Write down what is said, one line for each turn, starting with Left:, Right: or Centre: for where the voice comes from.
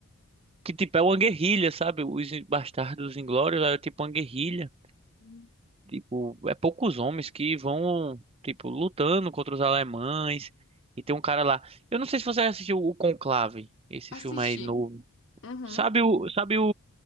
Right: Que tipo, é uma guerrilha, sabe? Os Bastardos Inglórios é tipo uma guerrilha.
Left: Hum.
Right: Tipo, é poucos homens que vão, tipo, lutando contra os alemães. E tem um cara lá. Eu não sei se você assistiu o Conclave, esse
Left: Assisti.
Right: filme aí novo.
Left: Uhum.
Right: Sabe o, sabe o,